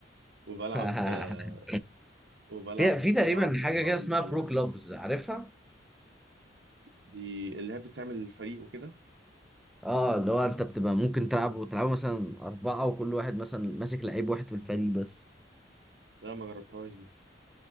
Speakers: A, on the right; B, in the centre.
A: وبلعب
B: <laughs>
A: آه، وبلعب
B: في
A: اسمه
B: في تقريبا
A: ايه ده ببجي
B: حاجه
A: موبايل
B: كده اسمها
A: فالورانت
B: برو كلوبز عارفها
A: دي اللي هي بتعمل الفريق وكده
B: اه اللي هو انت بتبقى ممكن تلعب وتلعبوا مثلا اربعه وكل واحد مثلا ماسك لعيب واحد في الفريق بس
A: لا ما جربتهاش دي